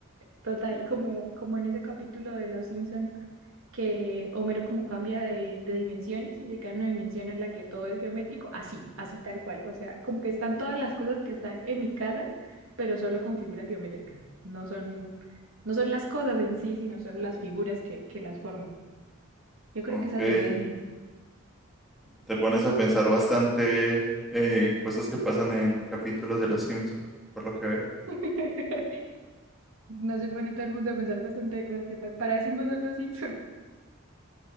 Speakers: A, on the right (about 70°); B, in the centre.
A: Total, como, como en ese capítulo de Los Simpson que Homero como cambia de, de dimensiones y se queda en una dimensión en la que todo es geométrico, así, así tal cual. O sea, como que están todas las cosas que están en mi casa, pero solo con figuras geométricas. No son, no son las cosas en sí, sino solo las figuras que, que las forman. Yo creo
B: Ok,
A: que esa
B: te,
A: sería mi...
B: te pones a pensar bastante en cosas que pasan en capítulos de Los Simpson, por lo que veo.
A: <laughs> No se pone todo el mundo a pensar bastante de cosas que pa- Para eso no son los Simpsons.